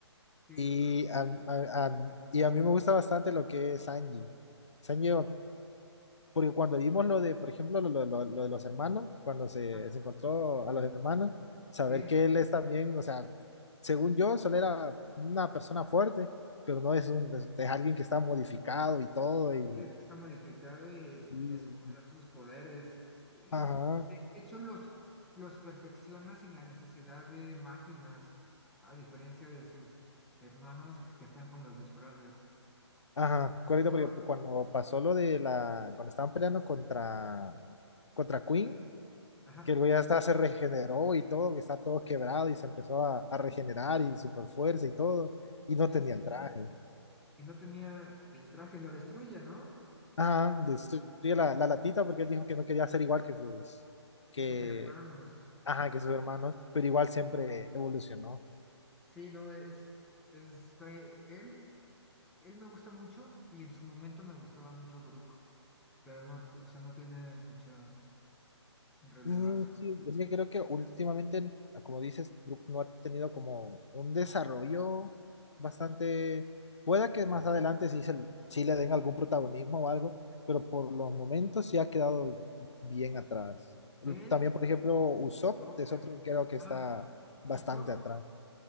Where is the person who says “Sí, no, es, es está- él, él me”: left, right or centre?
Centre